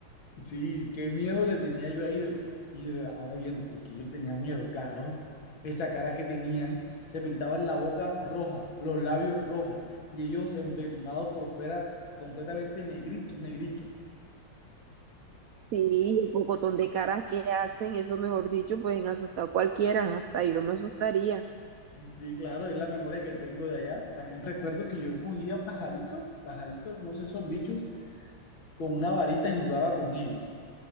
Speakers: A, on the left (about 80°); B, on the right (about 80°).
A: Sí, qué miedo le tenía yo a ellos. Y de- ver- ahora viendo, porque yo le tenía miedo, claro. Esa cara que tenían, se pintaban la boca roja, los labios rojos, y ellos embetunados por fuera, completamente negritos, negritos.
B: Sí, el pocotón de caras que hacen, eso mejor dicho, pueden asustar a cualquiera, hasta yo me asustaría.
A: Sí, claro, es la memoria que tengo de allá. También recuerdo que yo cogía pajaritos, pajaritos, no sé, esos bichos, con una varita y jugaba con ellos.